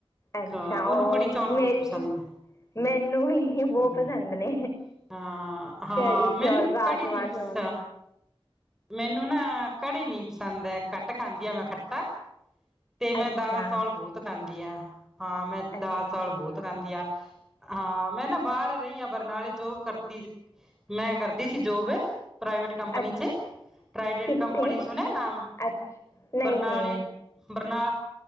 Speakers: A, on the left (about 30°); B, in the centre.
A: ਅੱਛਾ
B: ਅ ਉਹਨੂੰ
A: ਉਹ
B: ਕੜੀ ਚੌਲ਼ ਬਹੁਤ
A: ਮੇਰੀ
B: ਪਸੰਦ
A: ਵੀ ਮੈਨੂੰ ਵੀ ਬਹੁਤ
B: ਏਂ।
A: ਪਸੰਦ ਨੇ
B: ਅਹ ਹਾਂ
A: ਕੜੀ
B: ਮੈਂਨੂੰ
A: ਚੌਲ ਰਾਜਮਾਂ
B: ਕੜੀ ਨੀ ਪਸ
A: ਚੌਲ
B: ਮੈਨੂੰ ਨਾ ਕੜੀ ਨੀ ਪਸੰਦ ਹੈ, ਘੱਟ ਖਾਂਦੀ ਆ ਮੈਂ ਖੱਟਾ ਤੇ ਮੈਂ
A: ਅੱਛਾ
B: ਦਾਲ਼ ਚੌਲ ਬਹੁਤ ਖਾਂਦੀ ਆ, ਹਾਂ ਮੈਂ
A: ਅੱਛਾ
B: ਦਾਲ਼ ਚਾਵਲ ਬਹੁਤ ਖਾਂਦੀ ਆ, ਹਾਂ ਮੈਂ ਨਾ ਬਾਹਰ ਰਹੀ ਆ ਬਰਨਾਲੇ ਜੋਬ ਕਰਤੀ ਮੈਂ ਕਰਦੀ ਸੀ ਜੋਬ ਪ੍ਰਾਈਵੇਟ ਕੰ ਕੰਪਨੀ
A: ਅੱਛਾ
B: ਚ ਪਰਾਈਟਡ
A: ਕਿੱਥੇ
B: ਕੰਪਨੀ ਸੁਣਿਆਂ ਨਾਂਮ
A: ਅੱਛਾ ਨਹੀਂ
B: ਬਰਨਾਲੇ,
A: ਨਹੀਂ
B: ‍ ਬਰਨਾ